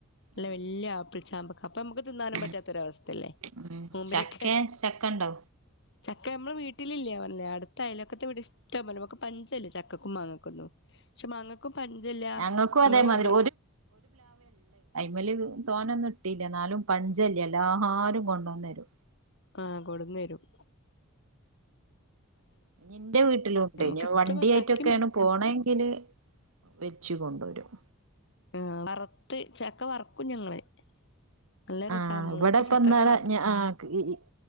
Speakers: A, on the left; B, on the right.
A: അല്ല
B: ഉം ഉം
A: വല്യ ആപ്പിൾ ചാമ്പ അപ്പൊ നമുക്ക് തിന്നാനും
B: ഉം
A: പറ്റാത്തൊരവസ്ഥല്ലേ
B: ഉം
A: നോമ്പിനൊക്കെ
B: ചക്കെ ചക്കണ്ടോ
A: ചക്ക നമ്മള് വീട്ടിലില്ല പറഞ്ഞില്ലേ അടുത്തയൽവക്കത്തെ വീട് ഇഷ്ടം പോലെ നമക്ക് പഞ്ചല്ല ചക് ക്കക്കും മാങ്ങക്കൊന്നും പക്ഷെ മാങ്ങക്കും പഞ്ചല്ല
B: ഞങ്ങക്കും
A: നമ്മെ
B: അതേമാതിരി
A: കുടുംബ
B: മല് തോനൊന്നും ഇട്ടില്ല എന്നാലും പഞ്ചല്ല എല്ലാഅരും കൊണ്ടു വന്നരും
A: ആഹ് കൊടുന്ന് തരും
B: ഇന്റെ വീട്ടിലുണ്ട്,
A: നമുക്ക്
B: ഇഞ്ഞ്
A: ഇഷ്ടം
B: വണ്ടിയൊറ്റെക്കെയാണ്
A: ചക്കിം
B: പോണെങ്കില് വെച്ച് കൊണ്ടുവരും
A: ആ വറുത്ത് ചക്ക വറക്കും ഞങ്ങള് നല്ല രസാ
B: ആഹ്
A: മൂത്ത
B: ഇവിടെപ്പന്നാൾ
A: ചക്കൊക്കെ വറ
B: ഞാ ആ കിഹിഹി